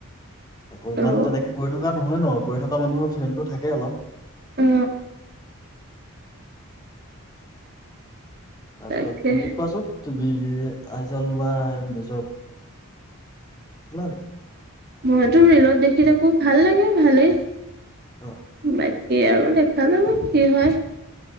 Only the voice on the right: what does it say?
অ
অ
তাকে
মইতো ৰলত দেখি থাকো ভাল লাগে ভালেই
বাকী আৰু দেখা যাব কি হয়